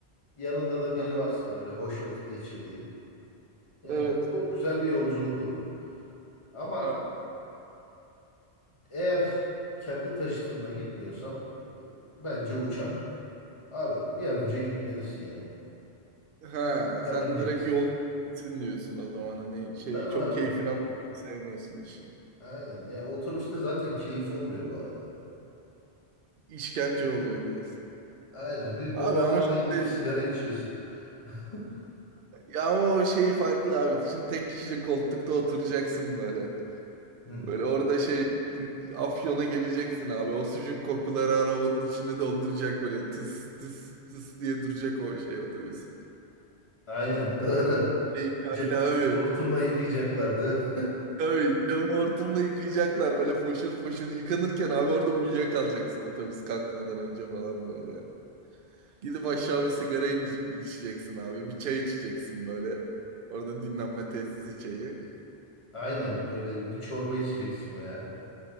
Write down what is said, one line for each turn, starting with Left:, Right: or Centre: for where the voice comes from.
Left: Yanında da biri
Right: Aha.
Left: varsa böyle hoş vakit geçirdiğin. Yani
Right: Evet.
Left: çok güzel bir yolculuk oluyor. Ama
Right: Evet.
Left: eğer kendi taşıtımla gitmiyorsam e, bence uçak.
Right: Hı hı.
Left: Abi bir an önce gitmelisin yani.
Right: Ha,
Left: Uçağa
Right: sen
Left: bineceksin.
Right: direkt yol bitsin diyorsun o zaman hani şey
Left: Tamam
Right: çok
Left: abi.
Right: keyfine bakmayı sevmiyorsun işin.
Left: Aynen. Ya otobüste zaten keyif olmuyor bu arada.
Right: İşkence oluyor diyorsun.
Left: Aynen. Bir molalarda
Right: Abi ama şimdi
Left: inip sigara içiyorsun. <laughs>
Right: ya ama o şeyi farklı abi. Şimdi tek kişilik koltukta oturacaksın böyle.
Left: Hı.
Right: Böyle orada şey in- Afyon'a geleceksin abi. O sucuk kokuları arabanın içini dolduracak böyle tıs tıs tıs diye duracak o şey otobüs.
Left: Aynen.
Right: Hani
Left: Doğru.
Right: bence keyif kaydı
Left: Camı
Right: abi.
Left: böyle hortumla yıkayacaklardı.
Right: Tabii camı hortumla yıkayacaklar böyle foşur foşur yıkanırken abi orada uyuyakalacaksın otobüs kalkmadan önce falan böyle. Gidip aşağı bir sigara in- içeceksin abi. Bir çay içeceksin böyle. Orada dinlenme tesisi çayı.
Left: <laughs> Aynen. Böyle bir çorba içeceksin ya.